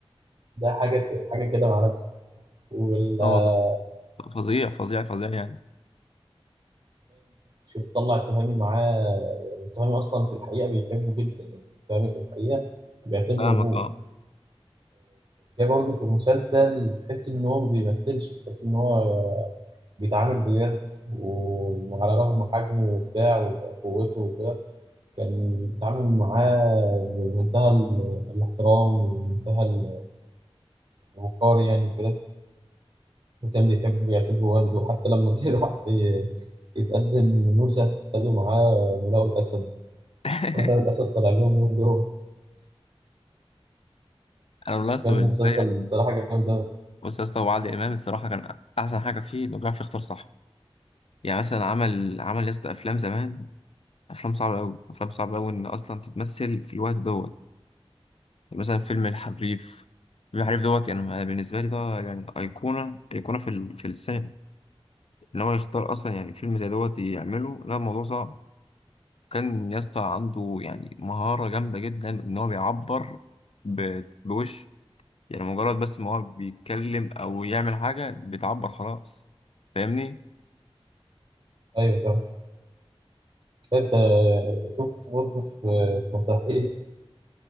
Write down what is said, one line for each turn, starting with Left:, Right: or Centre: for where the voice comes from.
Right: ده حاجه حاجه كده مع نفسه والتهامي
Left: اه والله يا اسطى فظيع فظيع فظيع يعني
Right: شوف طلع التهامي معاه يعني التهامي اصلا في الحقيقه بيحبه جدا يعني التهامي في الحقيقه بيعتبره
Left: فاهمك
Right: ابوه
Left: اه
Right: ده برضه في المسلسل تحس ان هو ما بيمثلش تحس ان هو بيتعامل بجد وعلى رغم حجمه وبتاع وقوته وكده كان بيتعامل معاه بمنتهى ال- الاحترام ومنتهى ال- الوقار يعني كده وكان بيحبه ويعتبره والده حتى لما جه <laughs> راح ي- يتقدم لنوسة خدوا معاه ملاقوا الأسد
Left: <laughs>
Right: ملاقوا الأسد طلع لهم من جوه
Left: انا والله يا اسطى
Right: كان
Left: بالنسبه
Right: مسلسل
Left: لي يعني
Right: الصراحة جامد أوي.
Left: بص يا اسطى هو عادل امام الصراحه كان احسن حاجه فيه انه بيعرف يختار صح يعني مثلا عمل عمل يا اسطى افلام زمان افلام صعبه قوي افلام صعبه قوي ان اصلا تتمثل في الوقت دوت يعني مثلا فيلم الحريف الحريف دوت يعني بالنسبه لي ده يعني ايقونه ايقونه في ال- في السينما ان هو يختار اصلا يعني فيلم زي دوت يعمله لا الموضوع صعب كان يسطا عنده يعني مهارة جامدة جدا ان هو بيعبر ب- بوش يعني مجرد بس ما هو بيتكلم او يعمل حاجة بتعبر خلاص فاهمني؟
Right: أيوه فاهم فانت شفت برضه في في مسرحية